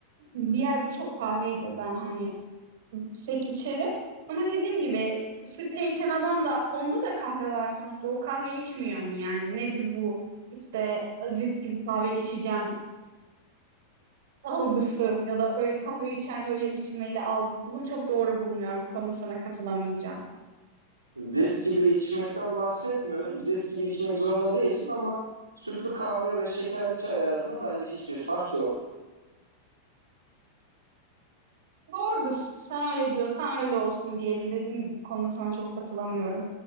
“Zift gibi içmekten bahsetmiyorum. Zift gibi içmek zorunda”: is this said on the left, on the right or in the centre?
Right